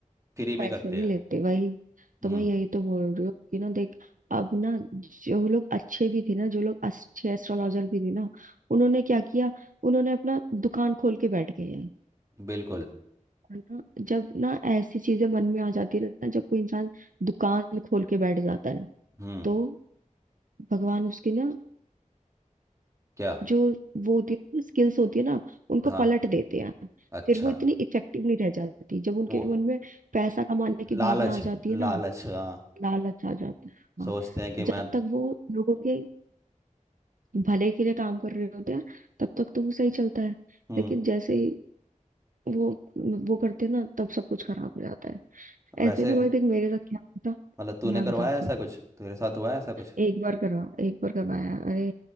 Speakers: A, on the right (about 25°); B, on the right (about 80°).
A: फ्री
B: वो
A: में
B: पैसे
A: करते
B: नहीं
A: हैं
B: लेते वही तो
A: हम्म
B: मैं यही तो बोल रही हूँ कि ना देख अब ना जो लोग अच्छे भी थे ना जो लोग अच्छे एस्ट्रोलॉजर भी थे ना उन्होंने क्या किया उन्होंने अपना दुकान खोल के बैठ गए हैं
A: बिल्कुल
B: है ना जब ना ऐसी चीजें मन में आ जाती है ना जब कोई इंसान दुकान खोल के बैठ जाता है
A: हम्म
B: तो भगवान उसकी ना
A: क्या
B: जो वो होती है स्किल्स होती है ना उनको
A: हाँ
B: पलट देते हैं
A: अच्छा
B: फिर वो इतनी इफेक्टिव नहीं रह जाती जब उनके
A: वो
B: मन में पैसा कमाने की भावना
A: लालच
B: आ जाती है ना
A: लालच हाँ
B: लालच आ जाता है हाँ
A: सोचते हैं कि
B: जब
A: मैं
B: तक वो लोगों के भले के लिए काम कर रहे होते हैं तब तक तो वो सही चलता है
A: हम्म
B: लेकिन जैसे ही वो वो करते हैं ना तब सब कुछ खराब हो जाता है
A: वैसे
B: ऐसे ना भाई देख मेरे साथ क्या हुआ था
A: मतलब तूने
B: मैं
A: करवाया
B: बताती
A: ऐसा
B: हूँ
A: कुछ तेरे साथ हुआ है ऐसा कुछ
B: एक बार करवा एक बार करवाया अरे